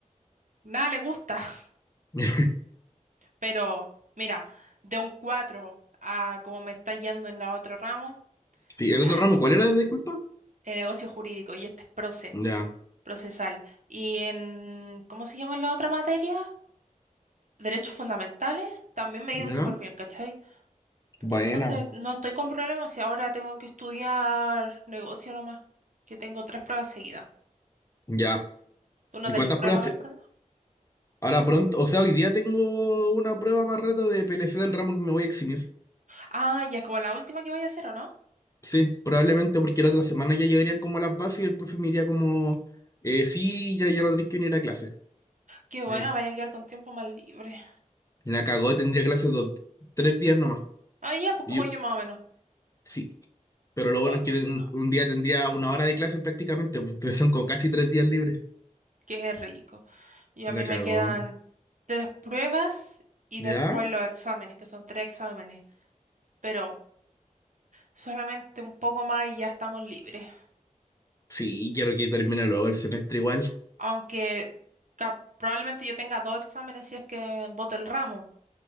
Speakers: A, on the right; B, on the left.
A: nada le gusta. <laughs>
B: <laughs>
A: Pero mira, de un 4 a como me está yendo en la otro ramo,
B: Sí, el
A: ah,
B: otro Ramos, ¿cuál era? Disculpa.
A: el negocio jurídico y este es proce,
B: Ya,
A: procesal. Y en, ¿cómo se llama la otra materia? derechos fundamentales, también me ha ido
B: ya.
A: súper bien, ¿cachai?
B: Buena.
A: Entonces, no estoy con problemas y ahora tengo que estudiar negocio nomás, que tengo tres pruebas seguidas.
B: Ya.
A: ¿Tú no
B: ¿Y
A: tenés
B: cuántas
A: pruebas
B: pruebas te...
A: ahora, perdón?
B: Ahora pronto, o sea, hoy día tengo una prueba más rato de PLC del ramo que me voy a eximir.
A: Ah, ya es como la última que vaya a hacer, ¿o no?
B: Sí, probablemente porque la otra semana ya llegarían como a las bases y el profe me diría como, eh, sí, ya, ya no tenés que venir a clase.
A: Qué buena,
B: Eh,
A: vaya a quedar con tiempo más libre.
B: la cagó, tendría clases dos, tres días nomás.
A: Ah, ya, pues
B: Y,
A: como yo más o menos.
B: Sí, pero lo
A: Ay,
B: bueno es
A: qué
B: que
A: rico,
B: un, un día tendría una hora de clase prácticamente, pues entonces son como casi tres días libres.
A: qué rico. Y a
B: La
A: mí
B: cago,
A: me quedan
B: ¿no?
A: tres pruebas y
B: ¿Ya?
A: después los exámenes, que son tres exámenes, pero solamente un poco más y ya estamos libres.
B: Sí, quiero que termine luego el semestre igual.
A: aunque ca- probablemente yo tenga dos exámenes si es que voto el ramo,